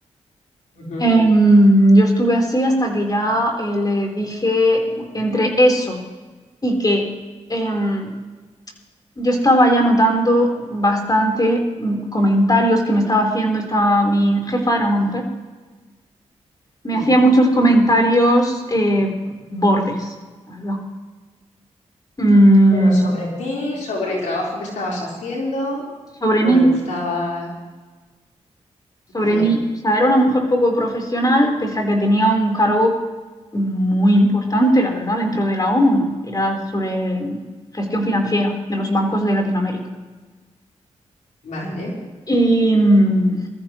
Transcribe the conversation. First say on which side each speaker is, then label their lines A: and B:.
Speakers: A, on the left; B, on the left.
A: Ujú,
B: Em, yo estuve así hasta que ya eh, le dije entre eso y que em, yo estaba ya notando bastante mm, comentarios que me estaba haciendo esta, mi jefa era una mujer, me
A: Sí.
B: hacía muchos comentarios eh, bordes, la verdad, mm,
A: Pero sobre ti, sobre el trabajo que estabas haciendo,
B: sobre
A: no
B: mí.
A: le gustaba.
B: sobre
A: Vaya,
B: mí. O sea, era una mujer poco profesional, pese a que tenía un cargo muy importante, la verdad, dentro de la ONU. Era sobre gestión financiera de los bancos de Latinoamérica.
A: vale.
B: Y mm,